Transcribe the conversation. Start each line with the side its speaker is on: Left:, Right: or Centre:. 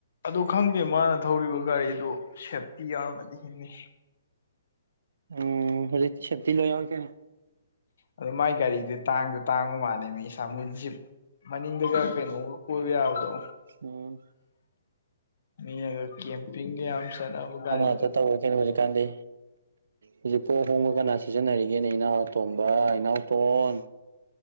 Left: ꯑꯗꯨ ꯈꯪꯗꯦ ꯃꯥꯅ ꯊꯧꯔꯤꯕ ꯒꯥꯔꯤꯗꯨ ꯁꯦꯞꯇꯤ ꯌꯥꯎꯔꯝꯃꯗꯤ ꯍꯤꯡꯅꯤ
Right: ꯎꯝ ꯍꯧꯖꯤꯛꯇꯤ ꯁꯦꯞꯇꯤ ꯂꯣꯏ ꯌꯥꯎꯋꯦ ꯀꯩꯅꯣ
Left: ꯑꯗꯨ ꯃꯥꯏ ꯒꯥꯔꯤꯗꯨ ꯇꯥꯡꯁꯨ ꯇꯥꯡꯕ ꯃꯥꯜꯂꯦ ꯁꯃꯨ ꯖꯤꯞ ꯃꯅꯤꯡꯗꯒ ꯀꯩꯅꯣꯒ ꯀꯣꯏꯕ ꯌꯥꯕꯗꯣ
Right: ꯎꯝ
Left: ꯃꯤꯅꯒ ꯀꯦꯝꯄꯤꯡꯒ ꯌꯥꯝ ꯆꯠꯅꯕ ꯒꯥꯔꯤ
Right: ꯑꯗ ꯇꯧꯔꯦ ꯀꯩꯅꯣ ꯍꯧꯖꯤꯛꯀꯥꯟꯗꯤ ꯍꯧꯖꯤꯛꯄꯨ ꯑꯍꯣꯡꯕ ꯀꯅꯥ ꯁꯤꯖꯤꯟꯅꯔꯤꯒꯦꯅꯦ ꯏꯅꯥꯎ ꯑꯇꯣꯝꯕ ꯏꯅꯥꯎꯇꯣꯟ